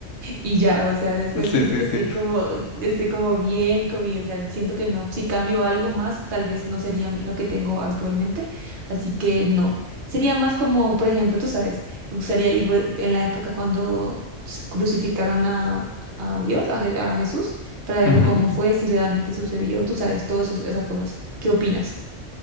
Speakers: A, on the right; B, on the left.
A: y ya, o sea, después
B: Sí,
A: siento
B: sí,
A: que estoy
B: sí.
A: como, estoy como bien conmigo, o sea, siento que no, si cambio algo más, tal vez no sería lo que tengo actualmente, así que no, sería más como, por ejemplo, tú sabes, me gustaría ir vol- en la época cuando s- crucificaron a, a Dios, a, Je- a Jesús, para ver
B: Ujú.
A: cómo fue, si realmente sucedió, tú sabes, todas esas cosas. ¿Qué opinas?